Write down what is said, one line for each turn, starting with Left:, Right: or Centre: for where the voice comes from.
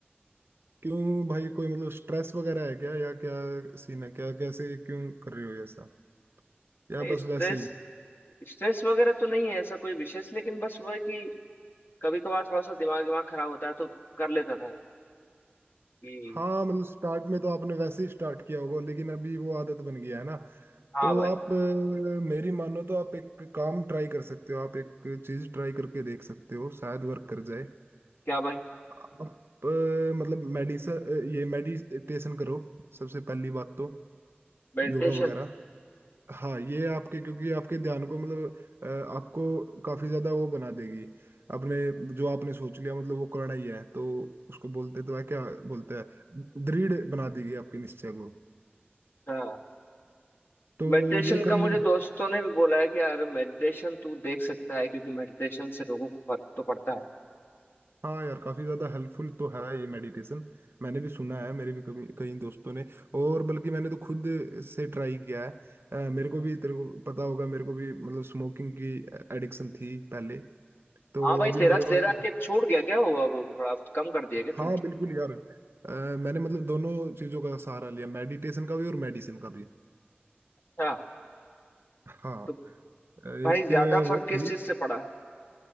Right: क्यों भाई कोई मतलब स्ट्रेस वगैरह है क्या या क्या सीन है क्या कैसे क्यों कर रही हो ये सब या
Left: नहीं
Right: बस
Left: स्ट्रेस
Right: वैसे ही
Left: स्ट्रेस वगैरह तो नहीं है ऐसा कोई विशेष लेकिन बस वो है कि कभी कभार थोड़ा सा दिमाग दिमाग खराब होता है तो कर लेता था कि
Right: हाँ मतलब स्टार्ट में तो आपने वैसे ही स्टार्ट किया होगा लेकिन अभी वो आदत बन गया है ना
Left: हाँ
Right: तो
Left: भाई
Right: आप अ, मेरी मानो तो आप एक काम ट्राई कर सकते हो आप एक चीज ट्राई करके देख सकते हो शायद वर्क कर जाए
Left: क्या भाई
Right: आप अ, मतलब मेडिसन ये मेडिटेशन करो सबसे पहली बात तो
Left: मेडिटेशन
Right: योगा वगैरह हाँ ये आपके क्योंकि आपके ध्यान को मतलब अ, आपको काफी ज्यादा वो बना देगी आपने जो आपने सोच लिया मतलब वो करना ही है तो उसको बोलते तो है क्या बोलते हैं दृढ़ बना देगी आपके निश्चय को
Left: हाँ
Right: तो
Left: मेडिटेशन
Right: ये कर
Left: का
Right: लूँ
Left: मुझे दोस्तों ने भी बोला है कि यार मेडिटेशन तू देख सकता है क्योंकि मेडिटेशन से लोगों को फर्क तो पड़ता है
Right: हाँ यार काफी ज्यादा हेल्पफुल तो है ये मेडिटेशन मैंने भी सुना है मेरे भी कभी कई दोस्तों ने और बल्कि मैंने तो खुद से ट्राई किया है अ, मेरे को भी तेरे को पता होगा मेरे को भी मतलब स्मोकिंग की एडिक्शन थी पहले तो
Left: हाँ भाई
Right: अभी
Left: तेरा
Right: मेरे
Left: तेरा
Right: पास
Left: के छूट गया क्या हुआ वो थोड़ा कम कर दिया क्या
Right: हाँ
Left: तूने
Right: बिल्कुल यार अ, मैंने मतलब दोनों चीजों का सहारा लिया मेडिटेशन का भी और मेडिसिन का भी
Left: हाँ
Right: हाँ
Left: तो
Right: अ, एक
Left: भाई ज्यादा
Right: वो
Left: फर्क किस
Right: थी
Left: चीज से पड़ा